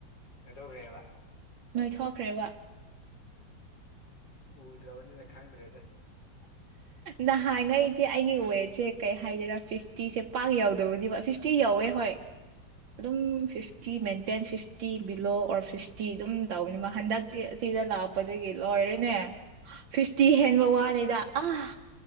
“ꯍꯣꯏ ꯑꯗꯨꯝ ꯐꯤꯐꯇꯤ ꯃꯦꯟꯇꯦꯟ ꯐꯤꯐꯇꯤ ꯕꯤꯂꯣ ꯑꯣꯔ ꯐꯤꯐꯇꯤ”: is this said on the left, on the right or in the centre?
Right